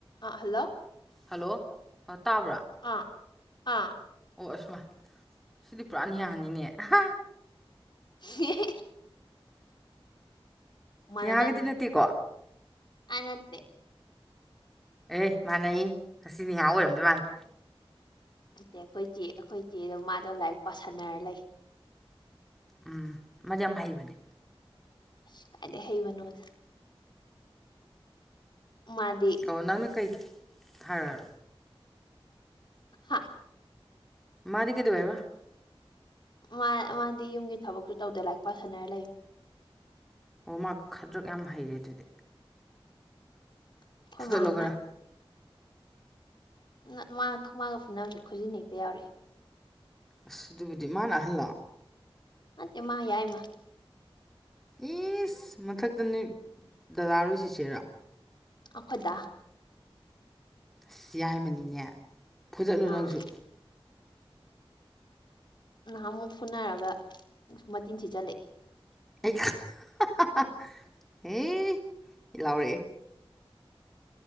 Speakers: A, on the left; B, in the centre.
A: ꯑꯥ hello
B: hello ꯑꯣ ꯇꯥꯕ꯭ꯔꯥ
A: ꯑꯥ ꯑꯥ
B: ꯑꯣ ꯑꯁꯃ ꯁꯤꯗꯤ ꯄꯨꯔꯥꯅꯤꯌꯥꯅꯤꯅꯦ ꯑꯍꯥ
A: <unintelligible> ꯃꯅꯗꯝꯅꯤ
B: ꯅꯤꯍꯥꯒꯗꯤ ꯅꯠꯇꯦꯀꯣ
A: ꯑ ꯅꯠꯇꯦ
B: ꯑꯦ ꯃꯥꯟꯅꯩꯌꯦ ꯑꯁꯤ ꯅꯦꯍꯥ ꯑꯣꯏꯔꯝꯗꯧ ꯃꯥꯜꯂꯤ
A: ꯅꯠꯇꯦ ꯑꯩꯈꯣꯏ ꯆꯦ ꯑꯩꯈꯣꯏ ꯆꯦꯗꯣ ꯃꯥꯗꯣ ꯂꯥꯏꯔꯤꯛ ꯄꯥꯁꯟꯅꯔ ꯂꯩ
B: ꯎꯝ ꯃꯥꯗꯤ ꯌꯥꯝ ꯍꯩꯕꯅꯦ
A: ꯏꯁ ꯀꯥꯏꯗꯒꯤ ꯍꯩꯕꯅꯣꯗ ꯃꯥꯗꯤ
B: ꯑꯣ ꯅꯪꯅ ꯀꯩ ꯊꯥꯔꯛꯔꯣ
A: ꯍꯥ
B: ꯃꯥꯗꯤ ꯀꯩꯗꯧ ꯍꯥꯏꯕ
A: ꯃꯥ ꯃꯥꯗꯤ ꯌꯨꯝꯒꯤ ꯊꯕꯛꯁꯨ ꯇꯧꯗꯦ ꯂꯥꯏꯔꯤꯛ ꯄꯥꯁꯟꯅꯔ ꯂꯩ
B: ꯑꯣ ꯃꯥ ꯈꯗ꯭ꯔꯛ ꯌꯥꯝ ꯍꯩꯔꯦ ꯑꯗꯨꯗꯤ
A: ꯑꯩꯈꯣꯏ
B: ꯐꯨꯗꯠꯂꯣ
A: ꯃꯥꯅ
B: ꯈꯔ
A: ꯅ ꯃꯥ ꯃꯥꯒ ꯈꯃꯥꯒ ꯐꯨꯅꯕꯁꯦ ꯈꯨꯖꯤꯟꯅ ꯍꯦꯛꯇ ꯌꯥꯎꯔꯛꯑꯦ
B: ꯑꯁ ꯑꯗꯨꯕꯨꯗꯤ ꯃꯥꯅ ꯑꯍꯜꯂꫭ
A: ꯅꯠꯇꯦ ꯃꯥ ꯌꯥꯏꯃ
B: ꯑꯦꯁ ꯃꯊꯛꯇꯅꯤ ꯗꯗꯥ ꯔꯣꯏ ꯆꯤꯆꯦꯔꫭ
A: ꯑꯈꯣꯏ ꯗꯥ
B: ꯑꯁ ꯌꯥꯏꯃꯅꯤꯅꯦ ꯐꯨꯗꯠꯂꯨ
A: ꯑꯥ
B: ꯅꯪꯁꯨ
A: ꯅꯍꯥꯟ ꯑꯃꯨꯛ ꯐꯨꯅꯔꯒ ꯃꯇꯤꯟꯁꯤꯆꯜꯂꯛꯏ
B: ꯍ ꯍ ꯏ ꯍꯦ ꯂꯥꯎꯔꯑꯦ